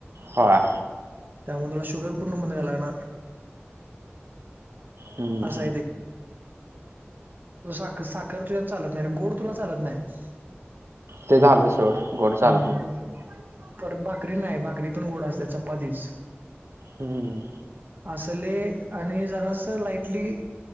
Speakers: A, on the right (about 75°); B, on the right (about 45°).
A: होय
B: त्यामुळे तुला शुगर पूण बंद कराला लागणार
A: हम्म
B: असं
A: हम्म
B: तुला साख साखर तुझ्यात चालत नाही रे गोड तुला चालत नाही
A: ते झालं सोड गोड चालत
B: हम्म
A: नाही
B: परत भाकरी नाही भाकरी पण गोड असत चपातीच
A: हम्म
B: असले आणि जरास लाईटली